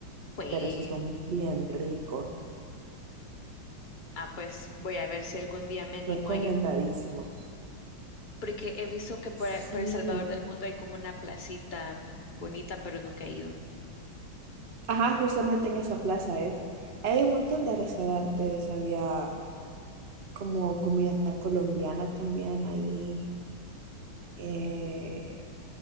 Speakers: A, on the left; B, on the right.
A: Pues,
B: pero sí son bien ricos,
A: ah, pues voy a ver si algún día me animo
B: recomendadísimos.
A: a ir, porque he visto que por,
B: Sí,
A: por El Salvador del Mundo hay como una placita bonita, pero nunca he ido.
B: Ajá, justamente en esa plaza es. Hay un montón de restaurantes, había como comida colombiana también ahí, eh,